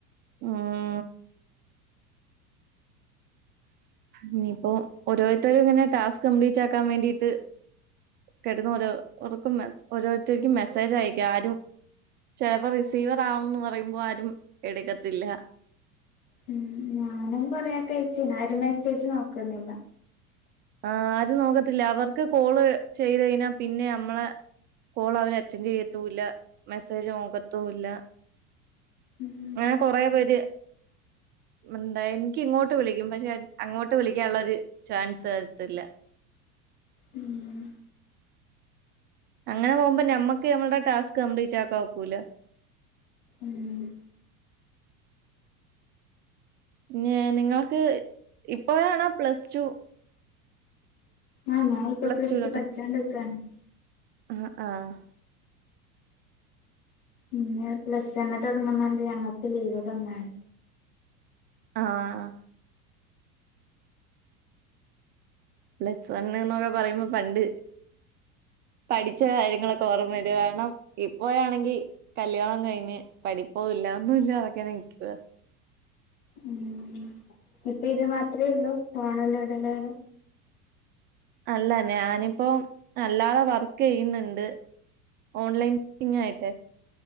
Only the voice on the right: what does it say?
ആഹ് ഇനിയിപ്പോ ഓരോരുത്തരും ഇങ്ങനെ ടാസ്ക് കംപ്ലീറ്റ് ആക്കാൻ വേണ്ടീട്ട് കിടന്ന് ഓരോ ർക്കും മെസ് ഓരോരുത്തര്ക്കും മെസ്സേജ് അയക്ക ആരും ചെലപ്പോ റിസീവർ ആകുംന്ന് പറയുമ്പോ ആരും എടുക്കത്തില്ല
ആഹ് ആരും നോക്കത്തില്ല. അവർക്ക് കോള് ചെയ്ത് കഴിഞ്ഞാ പിന്നെ നമ്മളെ കോൾ അവര് അറ്റൻഡ് ചെയ്യത്തൂല്ല മെസ്സേജ് നോക്കത്തൂല്ല
ഇങ്ങനെ കൊറെ പേര് മുണ്ട് എനിക്ക് ഇങ്ങോട്ട് വിളിക്കും പക്ഷെ അങ്ങോട്ട് വിളിക്കാനുള്ളരു ചാൻസ് തരത്തില്ല.
അങ്ങനെ പോകുമ്പം ഞമ്മക്ക് ഞമ്മൾടെ ടാസ്ക് കമ്പ്ലീറ്റ് ആക്കാൻ ഒക്കൂല.
ന്നേ നിങ്ങൾക്ക് ഇപ്പോഴാണോ പ്ലസ് ടു
പ്ലസ്
ടുലോട്ട്
ആഹ് ആഹ്
ആഹ് പ്ലസ് വണ്ണ് ന്നൊക്കെ പറയുമ്പം പണ്ട് പഠിച്ച കാര്യങ്ങളൊക്കെ ഓർമ്മ വരു കാരണം ഇപ്പോയാണെങ്കി കല്യാണം കഴിഞ്ഞ് പഠിപ്പൂല്ല ഒന്നൂല്ലാ തെങ്ങനെ നിക്കുവാ.
അല്ല ഞാനിപ്പോം അല്ലാതെ വർക്കെയ്യുന്നുണ്ട്. ഓൺലൈനിങ്ങായിട്ടേ.